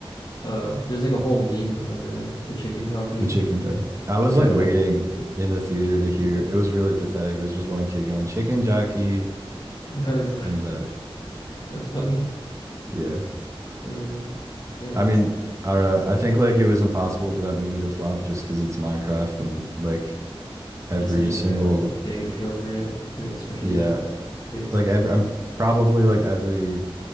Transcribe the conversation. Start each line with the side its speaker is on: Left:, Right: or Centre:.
Left: uh there's like a whole meme of it, like the chicken jockey.
Right: the chicken jockey, I was
Left: Yeah,
Right: like waiting
Left: like
Right: in the theater to
Left: like
Right: hear.
Left: what?
Right: It was really pathetic. It was just one kid going chicken jockey,
Left: <laughs> I was like,
Right: and uh
Left: <laughs> that's funny.
Right: yeah.
Left: Um yeah,
Right: I
Left: that's
Right: mean, I don't know. I think like it was impossible for that movie to flop just because it's Minecraft and like every
Left: there's such like
Right: single
Left: a big appeal for it for especially
Right: yeah,
Left: kids.
Right: like every
Left: Yeah,
Right: I'm probably like every